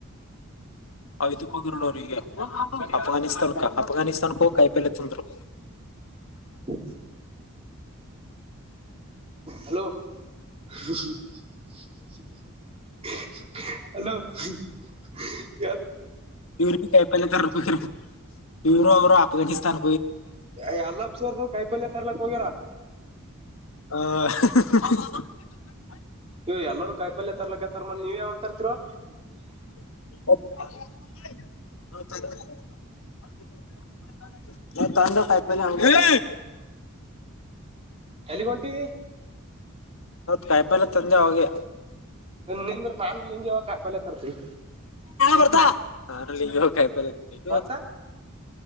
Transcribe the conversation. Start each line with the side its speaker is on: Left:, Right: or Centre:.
Left: <unintelligible> ಅಫ್ಘಾನಿಸ್ತಾನ್ಕ ಹೋಗಿ ಕಾಯಿಪಲ್ಯೆ ತಂದರು
Right: <inaudible> ಹಲೋ <unintelligible> ಹಲೋ <unintelligible>
Left: ಇವ್ರ ಕಾಯಿಪಲ್ಯ ತರಕೆ ಹೊಂಟರ ಇವರು ಅವರು ಅಫ್ಘಾನಿಸ್ತಾನ
Right: ಯಲಪ್ಪ ಸರ್ ಕಾಯಿಪಲ್ಯ ತರ್ಲಕ್ ಹೋಗ್ಯಾರ
Left: ಹ <unintelligible>
Right: ಏ ಎಲ್ಲರೂ ಕಾಯಿಪಲ್ಯ ತರ್ಲಕ್ಕಂತಾರ ಮತ್ತೆ ನೀವು ಯಾವಾಗ್ತರ್ತಿರೊ
Left: <unintelligible> ತಂದೆ ಕಾಯಿಪಲ್ಯ ಆವಾಗಲೇ
Right: ಎಲ್ಲಿಗೆ ಹೊಂಟಿದಿ
Left: ಕಾಯಿಪಲ್ಯ ತಂದೆ ಆವಾಗೆ
Right: ನೀದ್ರು ನಾನು ನಿಗ್ಯ ಹೋಗಿ ಕಾಯಿಪಲ್ಯ ತರ್ತಿವಿ
Left: ಬರ್ತಾಲ್ಲಿಯ ಇಡ
Right: ಮತ್ತ